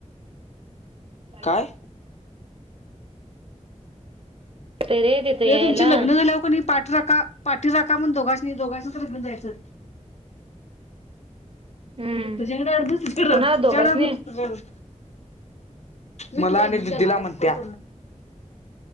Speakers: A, on the right; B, on the left.
A: अ
B: काय?
A: ते रे तिथं यायला
B: हे तुमची लग्न झा हो का पा रा पाठी राख म्हण दोघां दोघांच लग्नयचं
A: हम्म
B: तुझ्याड अस तस तुझणार
A: कुणाला दोघासनी?
B: तूझ मला आणि दिदीला म्हणत्या